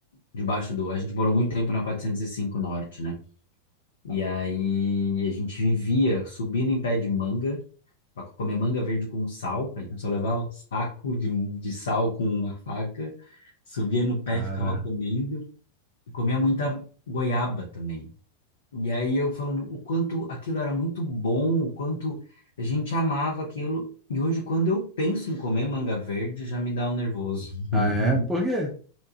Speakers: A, on the left (about 65°); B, in the centre.
A: debaixo do. A gente morou muito tempo na 405 Norte, né? E aí a gente vivia subindo em pé de manga para comer manga verde com sal. A gente só levava um saco de, de sal com uma faca, subia no pé,
B: cara.
A: e ficava comendo, e comia muita goiaba também. E aí eu falando o quanto aquilo era muito bom, o quanto a gente amava aquilo. E hoje, quando eu penso em comer manga verde, já me dá um nervoso. <laughs>
B: Ah, é? Por quê?